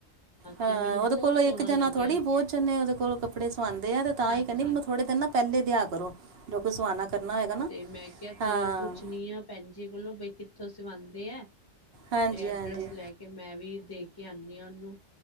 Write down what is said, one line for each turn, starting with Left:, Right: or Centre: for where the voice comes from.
Right: ਹਾਂ
Left: ਤੇ ਮੈਨੂੰ
Right: ਉਦੇ
Left: ਬਹੁਤ
Right: ਕੋਲੋਂ
Left: ਸੋਹਣਾ
Right: ਇੱਕ ਜਾਣਾ
Left: ਲੱਗਿਆ
Right: ਥੋੜੀ ਬੋਤ ਜਨੇ ਉਹਦੇ ਕੋਲ ਕੱਪੜੇ ਸਵਾਂਦੇ ਆ ਤੇ ਤਾਂ
Left: ਹਾਂਜੀ
Right: ਈ ਕੇਨੀ ਮਨੂੰ ਥੋੜੇ ਦਿਨ ਨਾ ਪੈਲੇ ਦਿਆ ਕਰੋ, ਜੋ ਕੋਈ ਸਵਾਣਾ ਕਰਨਾ ਹੋਏਗਾ ਨਾ।
Left: ਤੇ ਮੈਂ ਕਿਹਾ ਚਲੋ
Right: ਹਾਂ
Left: ਪੁੱਛਣੀ ਆ ਭੈਣ ਜੀ ਕੋਲੋਂ ਬਈ ਕਿੱਥੋਂ ਸਵਾਂਦੇ ਐ।
Right: ਹਾਂਜੀ
Left: ਤੇ ਐਡਰੈਸ
Right: ਹਾਂਜੀ
Left: ਲੈ ਕੇ ਮੈਂ ਵੀ ਦੇ ਕੇ ਆਨੀ ਆ ਉਨੂੰ,